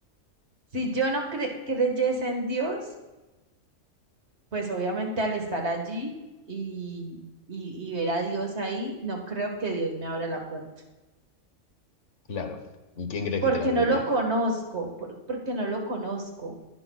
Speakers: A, on the right (about 60°); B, on the left (about 70°).
A: si yo no cre- creyese en Dios, pues obviamente al estar allí y, y, y ver a Dios ahí, no creo que Dios me abra la puerta.
B: Claro. ¿Y quién crees
A: Porque
B: que te la abriría?
A: no lo conozco, por- porque no lo conozco.